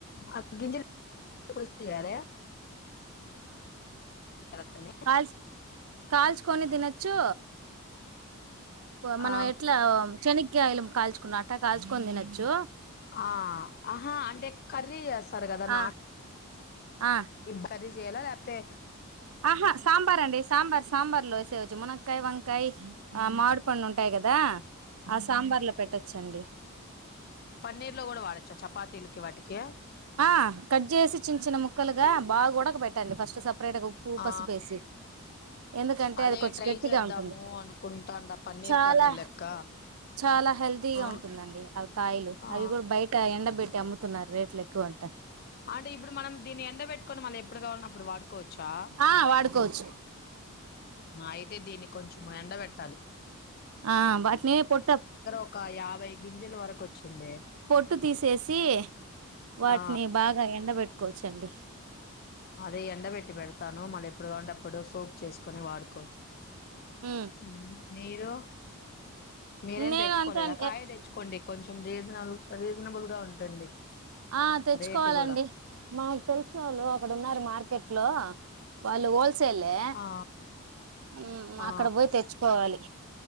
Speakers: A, on the left (about 45°); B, on the right (about 75°).
A: అజ వ కాారే దాన్ని?
B: కాల్చ కాల్చుకొని తినొచ్చు మనం
A: ఆ,
B: ఎట్లా శనకి ఆయిలుం కాల్చుకున్నా అట్టా కాల్చుకొని తినొచ్చు
A: ఆ ఆహా అంటే కర్రీ వస్తారు కదా
B: ఆ
A: నా
B: ఆ
A: ఇబ్బరిీ జేలా లేతే
B: ఆహా సాంబార్ అండి సాంబార్ సాంబార్ లో వసేవచ్చు మునక్కయ వం కై ఆ మకం ఉంటాయి కదా ఆ సాంబార్లా పెట్టా వచ్చండి
A: పన్నీర్ లో కూడా వాడొచ్చా చపాతీలకి వాటికి
B: ఆ కట్ చేసి చిన్న చిన్న ముక్కలుగా బాగా కూడాడ పెట్టండి ఫస్ట్ స అప్పుేటకు ఉప్పు
A: ఆ
B: పసుపేసి ఎందుకంటే
A: అదే
B: అది కొంచెం
A: ట్రై
B: గట్టిగా
A: చేద్దాము
B: ఉంటుంది
A: అనుకుంటాండ పన్నీర్
B: చాలా
A: కర్రీ లెక్క
B: చాలా హెల్తీగా
A: ఆ
B: ఉంటుందండి అవి కాయలు
A: ఆ
B: అవి కూడా బయట ఎండబెట్టి అమ్ముతున్నారు రేట్ల ఎకు అంట
A: అంటే ఇప్పుడు మనం దీన్ని ఎండబెట్టుకొని మళ్ళీ ఎప్పుడు కావాలన్నా అప్పుడు వాడుకోవచ్చా
B: ఆ వాడుకోవచ్చు
A: అయితే దీన్ని కొంచెం ఎండ పెట్టాలి
B: ఆ వాటిని పొట్ట
A: ఒక యాభై గింజల వరకు వచ్చింది
B: పొట్టు తీసేసి వాటిని
A: ఆ
B: బాగా ఎండబెట్టుకోవచ్చండి
A: అదే ఎండబెట్టి పెడతాను మరి ఎప్పుడు కాంటప్పుడు సోప్ చేసుకుొని వాడుకోవచ్చు
B: ఉమ్.
A: అ మీరు మీరేం
B: నేను
A: తెచ్చుకోలేదా
B: అంతే అండి.
A: కాయ
B: ఎ-
A: తెచ్చుకోండి కొంచెం రీజనబుల్ రీజనబుల్ గా ఉంటుంది
B: ఆ తెచ్చుకోవాలండి
A: రేటు కూడా
B: మాకు తెలుస వాళ్ళు ఇప్పుడు ఉన్నారు మార్కెట్ లో వాళ్ళు హోల్ సేలే
A: ఆ
B: ఉమ్
A: ఆ
B: అక్కడ పోయి తెచ్చుకోవాలి